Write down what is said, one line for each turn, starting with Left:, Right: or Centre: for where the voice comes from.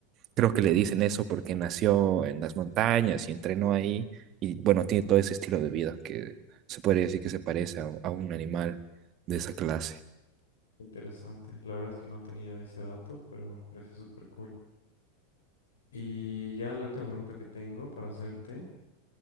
Right: creo que le dicen eso porque nació en las montañas y entrenó ahí y bueno, tiene todo ese estilo de vida que se puede decir que se parece a a un animal de esa clase.
Left: Interesante. La verdad es que no tenía ese dato, pero me parece súper cool. Y ya la última pregunta que tengo para hacerte